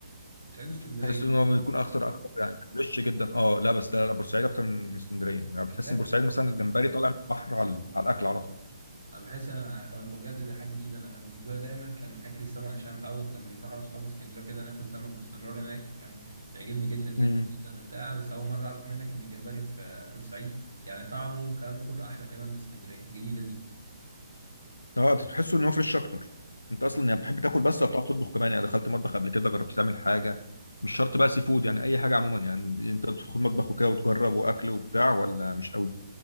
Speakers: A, on the right (about 70°); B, on the left (about 75°).
A: مش عايزه اسكندريه
B: تحس ان هو بيكون اخطر اكتر يعني فريش جدا اه لا بس لا, لا بورسعيد اكتر من اسكندريه يعني
A: ده
B: بتحس
A: بجد
B: ان بورسعيد مثلا الجمبري طالع من البحر على على الاكل على طول
A: انا بحس انا طب انت بجد دي حاجه جديده انا بالنسبه لي دايما كان اكل السمك عشان أنا متعود لما بروح انا واصحابي اسكندريه كده ناكل سمك باستمرار هناك فكان بيعجبني جدا جدا
B: مم.
A: جدا وبتاع بس اول مره اعرف منك ان الجمبري في بورسعيد يعني طعمه والكلام ده كله احلى كمان من اسكندريه الجديده
B: اه تحس ان هو فريش اكتر انت
A: دي
B: اصلا يعني بتحب تاكل بس ولا بتعرف تطبخ كمان يعني دخلت مطبخ قبل كده جربت تعمل حاجه مش شرط بقى سي فود يعني اي حاجه عموما يعني انت بتدخل مطبخ وكده وتجرب واكل وبتاع ولا مش قوي